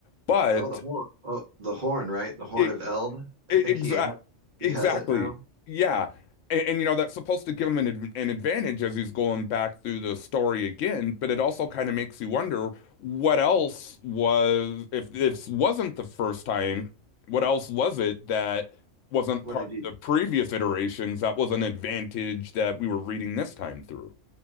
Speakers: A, on the left (about 75°); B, on the right (about 40°).
A: but
B: Oh, the horn. Oh, the horn, right? The horn
A: it,
B: of Eld. I
A: Exactly.
B: think he ha- he
A: Exactly.
B: has it now.
A: Yeah. And, and you know, that's supposed to give him an adv- an advantage as he's going back through the story again, but it also kind of makes you wonder what else was if this wasn't the first time, what else was it that wasn't
B: What
A: part
B: did he?
A: of the previous iterations that was an advantage that we were reading this time through?